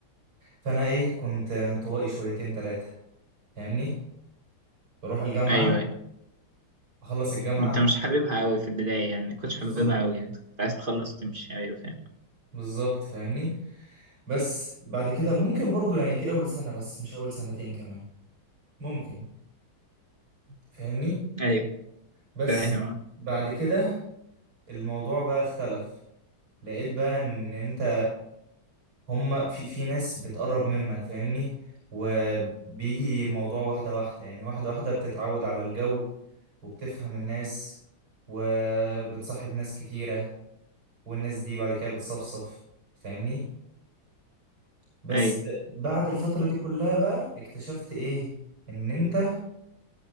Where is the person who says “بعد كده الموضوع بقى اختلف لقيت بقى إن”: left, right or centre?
Right